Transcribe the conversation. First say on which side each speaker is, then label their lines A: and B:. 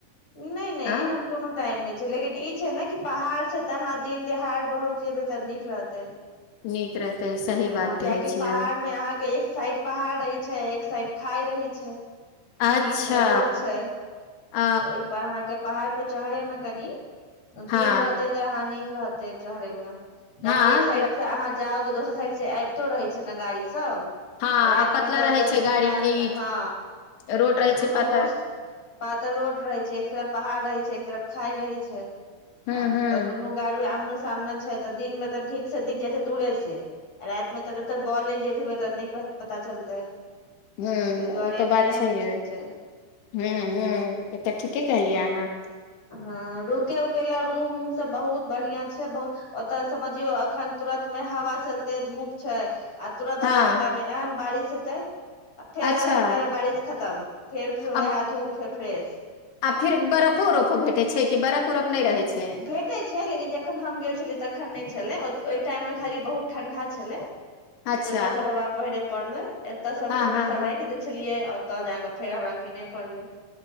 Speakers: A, on the left (about 35°); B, on the left (about 65°).
A: नहि नहि
B: आ
A: एहन कोनो टाइम नहि छै लेकिन ई छै ने कि पहाड़ छै तऽ अहाँ दिन देहाड़ बहुत जेबै तऽ नीक रहतै
B: नीक रहतै सही बात
A: ह
B: कहै
A: कियकि
B: छियै
A: पहाड़ मे अहाँके एक साइड पहाड़ छै एक साइड खााय रही छै
B: अच्छा
A: बीच मे रोड छै
B: ओ
A: ओहिप अहाँके पहाड़ पर चढ़ै मे कनि
B: हँ
A: दिन रहते ते हानि रहते है चेहरे मे कियकि
B: हँ
A: एक साइड अहाँ जाउ तऽ दोसर साइड से आबितो रहै छै ने गाड़ी सब
B: हँ
A: रातिमे
B: आ पतला
A: तऽ
B: रहै
A: तऽ
B: छै गाड़ी
A: ध्यान
B: ई
A: हँ
B: रोड रहै
A: आ दुनू
B: छै पातर
A: बहुत पातर रोड रहै छै एक तरफ पहाड़ रहै छै एक तरफ खााय रहे छै आ
B: हूँ हूँ
A: तऽ दुनू गारू आ सामने छै तऽ दिन मे तऽ ठीक से दिख जाइ छै दूरे से राति मे तऽ जब तक बॉल ल जेतबै तऽ नहि पता चलतै
B: ह
A: ताहि दुआरे
B: ओ तो बात
A: दिने
B: छैह
A: मे ठीक छै
B: ह ह तऽ ठीके कहलियै अहाँ
A: हँ रडुक उकेल रूम उऊम बहुत बढ़िया छै बत ओतऽ समझियौ अखन तुरत मे हवा चलते धूप छै आ तुरत
B: हँ
A: आधा घणटा मे एहन बारिश सत फेर
B: अच्छा
A: आधा घंटा मे बारिश खतम फेर फर
B: आ
A: वएह धूप फ फ्रेश
B: आ फिर बफो ररफो भेटे छै कि बर्फ उरफ नहि रहै छै
A: भेटैत छै लेकिन जखन हम गेल छलियै तखन नहि छलै ओहि टाइम मे खाली बहुत ठं्डा छलै
B: अच्छा
A: स्वेटर सब हमरा पहिरे पड़लै एतय सब
B: हँ
A: स्वेटर
B: हँ
A: सब
B: हँ
A: राख देने छलियै तऽ जा कऽ फेर हमरा किनय पड़लै